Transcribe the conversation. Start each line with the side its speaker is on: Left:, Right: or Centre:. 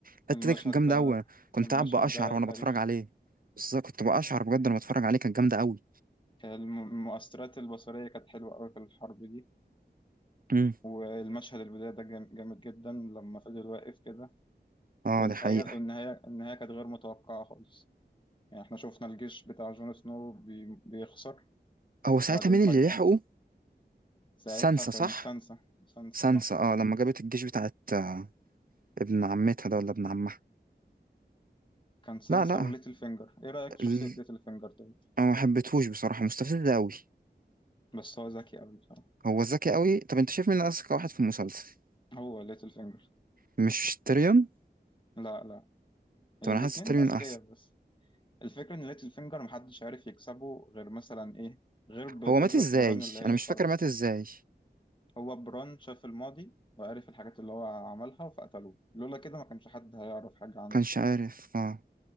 Right: الحتة
Left: المشهد
Right: دي كانت جامدة
Left: ده
Right: أوي كنت
Left: المشهد
Right: قاعد بقشعر
Left: ده
Right: وأنا
Left: تاريخي
Right: بتفرج عليه بالظبط كنت بقشعر بجد لما بتفرج عليه كانت جامدة أوي
Left: الم- المؤثرات البصريه كانت حلوه قوي في الحرب دي
Right: امم
Left: والمشهد البدايه ده جام- جامد جدا لما فضل واقف كده
Right: اه
Left: والنهايه
Right: دي حقيقة
Left: والنهايه النهايه كانت غير متوقعه خالص يعني احنا شفنا الجيش بتاع جون سنو بي- بيخسر
Right: هو ساعتها
Left: بعدين
Right: مين
Left: فجاه
Right: اللي لحقه
Left: ساعتها
Right: سانسا
Left: كانت
Right: صح
Left: سانسا سانسا
Right: سانسا اه لما جابت الجيش بتاعت آه، ابن عمتها ده ولا ابن عمها
Left: كان سانسا
Right: لا لا
Left: وليتل فينجر ايه رأيك في شخصية
Right: ال...
Left: ليتل فينجر طيب
Right: انا ما حبيتهوش بصراحة مستفز أوي
Left: بس هو ذكي قوي بصراحة
Right: هو ذكي قوي طب انت شايف مين اذكى واحد في المسلسل
Left: هو ليتل فينجر
Right: مش تيريون
Left: لا لا يعني
Right: طب انا
Left: الاتنين
Right: حاسس تيريون
Left: أذكياء
Right: احسن
Left: بس الفكرة ان ليتل فينجر محدش عارف يكسبه غير مثلا ايه غير بقدرة
Right: هو مات ازاي
Left: بران اللي هي
Right: انا
Left: الخارقة
Right: مش فاكر مات ازاي
Left: هو بران شاف الماضي وعارف الحاجات اللي هو عملها فقتلوه لولا كده ما كانش حد هيعرف حاجة عنه
Right: كانش عارف اه